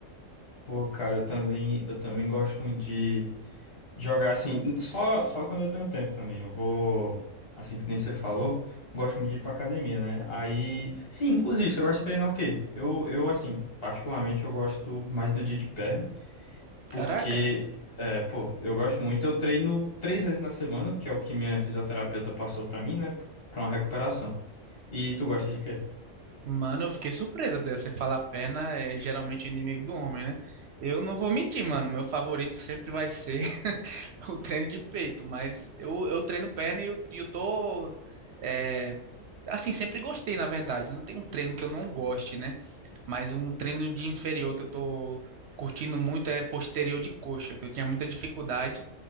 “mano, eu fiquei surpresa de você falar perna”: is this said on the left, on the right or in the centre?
Right